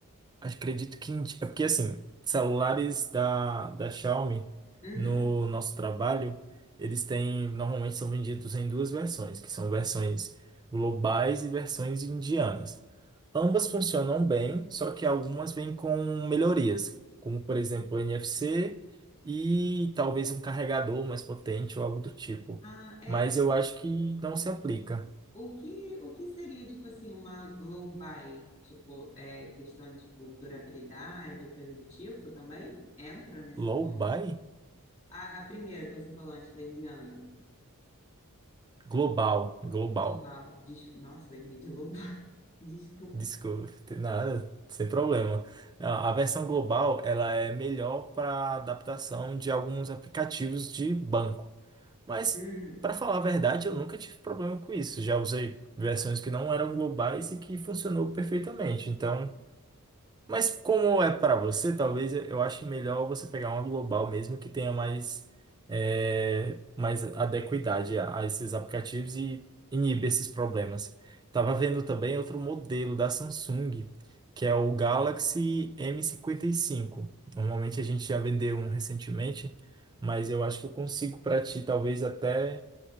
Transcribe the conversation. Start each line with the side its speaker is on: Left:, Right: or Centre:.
Right: acho- acredito que indi- é porque assim, celulares da da Xiaomi
Left: Uhum.
Right: no nosso trabalho, eles têm normalmente são vendidos em duas versões, que são versões globais e versões indianas. Ambas funcionam bem, só que algumas vêm com melhorias, como por exemplo o NFC e talvez um carregador mais potente ou algo do tipo.
Left: Ah, é,
Right: Mas eu acho que não se aplica.
Left: o que, o que seria, tipo assim, uma low buy? Tipo, é, questão, tipo, durabilidade, coisa do tipo também? Entra nesse
Right: Low
Left: ponto?
Right: buy?
Left: A, a primeira que você falou antes da Indiana,
Right: Global, global.
Left: global. Des- Nossa, eu entendi global. <laughs> Desculpa.
Right: Desculpa, tem nada, sem problema. A a versão global, ela é melhor para adaptação de alguns aplicativos de banco. Mas,
Left: Hum,
Right: para falar a verdade, eu nunca tive problema com isso. Já usei versões que não eram globais e que funcionou perfeitamente. Então, mas como é para você, talvez eu ache melhor você pegar uma global mesmo que tenha mais, é, mais adequidade a, a esses aplicativos e inibe esses problemas. Estava vendo também outro modelo da Samsung, que é o Galaxy m cinquenta e cinco Normalmente a gente já vendeu um recentemente, mas eu acho que eu consigo para ti, talvez até